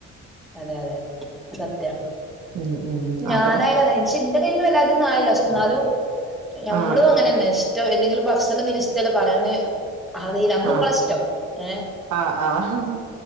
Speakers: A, in the centre; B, on the right (about 75°).
A: അതെ അതെ സത്യാ
B: ഉം ഉം
A: ഞാനായാലും
B: അതാണ്.
A: അങ്ങനെ പക്ഷെ ഇന്റെ കയ്യിൽ വല്ലാതന്നും ആയില്ല പക്ഷെ എന്നാലും ഞമ്മളും
B: ആഹ്
A: അങ്ങനെന്നെ ഇഷ്ട എന്തെിലും ഭക്ഷണ ച്ചൽ പറയാന് അറീല്ല നമ്മള്
B: ആഹ്
A: ങ്ങളെ ഇഷ്ടം ഏഹ്.
B: ആഹ് ആ